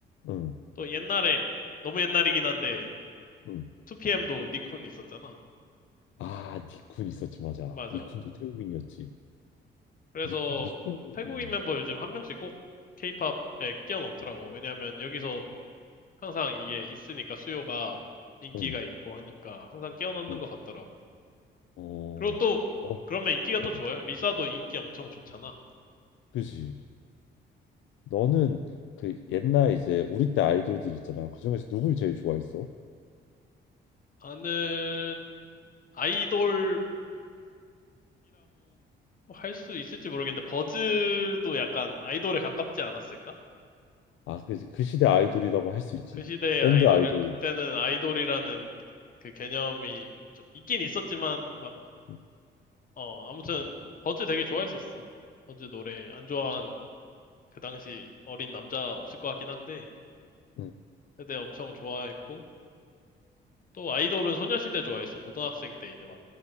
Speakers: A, on the left; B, on the left.
A: 응,
B: 또 옛날에, 너무 옛날이긴 한데,
A: 응.
B: 2PM도 니쿤이 있었잖아.
A: 아, 니쿤 있었지 맞아.
B: 맞아.
A: 니쿤도 태국인이었지.
B: 그래서
A: 니 니쿤, 음,
B: 태국인 멤버 요즘 한 명씩 꼭 케이팝에 끼워 넣더라고. 왜냐하면 여기서 항상 이게 있으니까 수요가 인기가
A: 응,
B: 있고 하니까 항상 끼워 넣는
A: 응.
B: 것 같더라고.
A: 어,
B: 그리고 또
A: 어,
B: 그러면 인기가 또
A: 어,
B: 좋아요. 리사도 인기 엄청 좋잖아.
A: 그지. 너는 그 옛날 이제 우리 때 아이돌들 있잖아. 그 중에서 누굴 제일 좋아했어?
B: 나는 아이돌이라고 할 수 있을지 모르겠는데 버즈도 약간 아이돌에 가깝지 않았을까?
A: 아, 그지. 그 시대 아이돌이라고 할 수 있지.
B: 그 시대의
A: 밴드
B: 아이돌이
A: 아이돌.
B: 그때는 아이돌이라는 그 개념이 있긴 있었지만 막
A: 응.
B: 어, 아무튼 버즈 되게 좋아했었어. 버즈 노래 안 좋아한 그 당시 어린 남자 없을 것 같긴 한데
A: 응.
B: 그때 엄청 좋아했고 또 아이돌은 소녀시대 좋아했어. 고등학생 때 이제 막